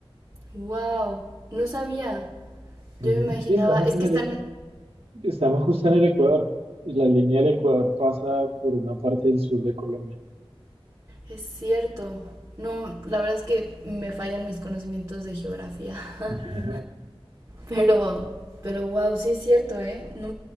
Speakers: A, on the right; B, on the right.
A: Wow, no sabía.
B: Ujú.
A: Yo me imaginaba,
B: Sí, estamos
A: es
B: en
A: que
B: el,
A: están,
B: e, estamos justo en el Ecuador y la línea del Ecuador pasa por una parte del sur de Colombia.
A: es cierto. No, la verdad es que me fallan mis conocimientos de geografía.
B: Ajá.
A: <laughs> Pero, pero wow, sí es cierto, ¿eh? No,